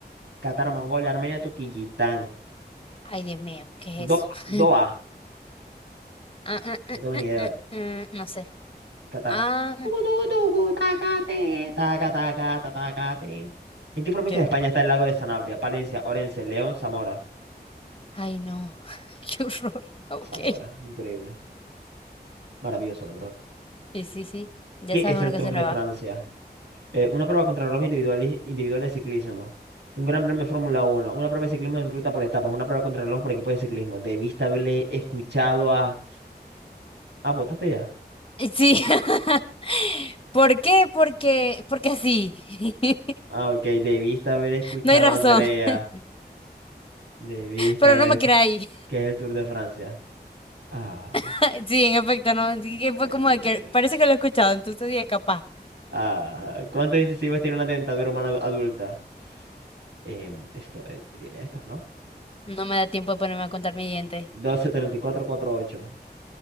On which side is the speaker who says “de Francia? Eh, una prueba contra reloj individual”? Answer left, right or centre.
Right